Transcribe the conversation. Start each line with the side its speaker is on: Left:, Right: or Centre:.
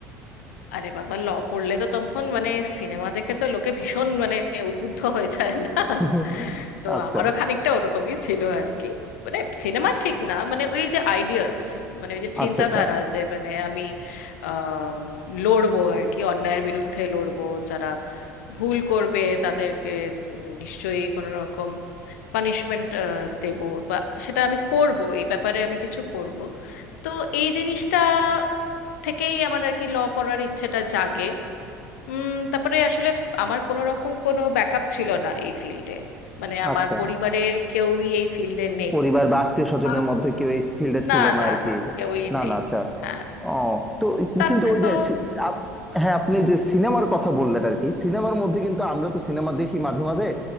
Left: আরে বাবা ল পড়লে তো তখন মানে সিনেমা দেখে তো লোকে ভীষণ মানে উদ্বুদ্ধ হয়ে যায় না
Centre: <laughs>
Left: তো
Centre: আচ্ছা
Left: আমারও খানিকটা ওরকমই ছিল আর কি মানে সিনেমা ঠিক না মানে ওই যে আইডিয়ালস মানে ওই যে চিন্তাধারা
Centre: আচ্ছা আচ্ছা
Left: যে মানে আমি আম, লড়বো আর কি অন্যায়ের বিরুদ্ধে লড়বো যারা ভুল করবে তাদেরকে উম, নিশ্চয়ই কোনো রকম পানিশমেন্ট দেব বা সেটা আমি করব এই ব্যাপারে আমি কিছু করব তো এই জিনিসটা থেকেই আমার আর কি ল পড়ার ইচ্ছেটা জাগে উম তারপরে আসলে আমার কোনো রকম কোনো ব্যাকআপ ছিল না এই ফিল্ডে মানে আমার
Centre: আচ্ছা
Left: পরিবারের কেউই এই ফিল্ডে নেই
Centre: পরিবার বা আত্মীয় স্বজনের
Left: আম,
Centre: মধ্যে কেউ এই ফিল্ডে
Left: না
Centre: ছিল না
Left: না
Centre: আর কি
Left: না কেউই
Centre: না
Left: নেই
Centre: না আচ্ছা
Left: হ্যাঁ
Centre: ও তো
Left: তাতে
Centre: কিন্তু ওই
Left: তো
Centre: যে সি- সি- আপ- হ্যাঁ আপনি যে সিনেমার কথা বললেন আর কি সিনেমার মধ্যে কিন্তু আমরা তো সিনেমা দেখি মাঝে মাঝে